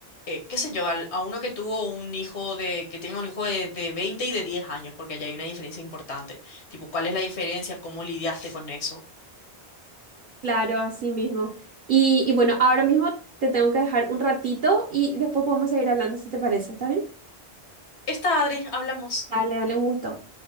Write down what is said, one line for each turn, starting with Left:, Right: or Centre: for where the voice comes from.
Left: eh, qué sé yo, al- a uno que tuvo un hijo de, que tenga un hijo de, de 20 y de 10 años, porque allá hay una diferencia importante. Tipo, ¿cuál es la diferencia? ¿Cómo lidiaste con eso?
Right: claro, así mismo. Y, y bueno, ahora mismo te tengo que dejar un ratito y después podemos seguir hablando si te parece, ¿está bien?
Left: Está, Adri, hablamos.
Right: Dale, dale, un gusto.